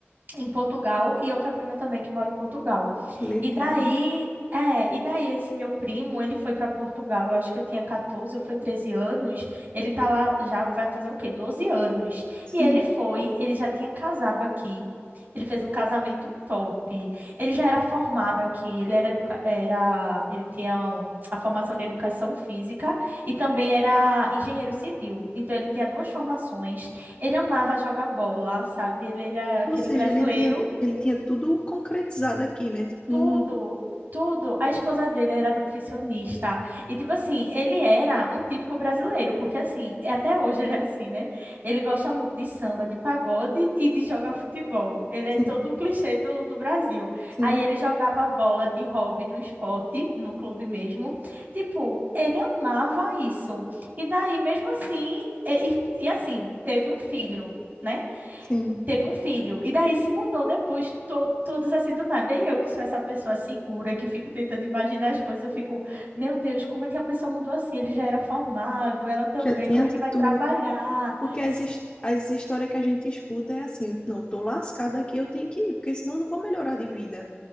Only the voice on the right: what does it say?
em Portugal e outra prima também que mora em Portugal.
E daí, é, e daí esse meu primo, ele foi para Portugal, eu acho que eu tinha 14 ou foi 13 anos, ele tá lá já vai fazer o quê? 12 anos.
E ele foi, ele já tinha casado aqui. Ele fez um casamento top. Ele já era formado aqui, ele era, educa- era ele tinha um, a formação de educação física e também era engenheiro civil. Então ele tinha duas formações. Ele amava jogar bola, sabe? Ele era aquele
brasileiro,
tudo, tudo. A esposa dele era nutricionista. E, tipo assim, ele era um típico brasileiro, porque, assim, até hoje ele é assim, né? Ele gosta muito de samba, de pagode e de jogar futebol. Ele
é todo o clichê do, do Brasil.
Aí ele jogava bola de hobby no esporte, no clube mesmo. Tipo, ele amava isso. E daí, mesmo assim, e, e e, assim, teve um filho né?
teve um filho. E daí se mudou depois, to- todos assim do nada. E eu, que sou essa pessoa segura, que fico tentando imaginar as coisas, eu fico, meu Deus, como é que a pessoa mudou assim? Ele já era formado, ela também,
como é que vai
trabalhar?
Sim.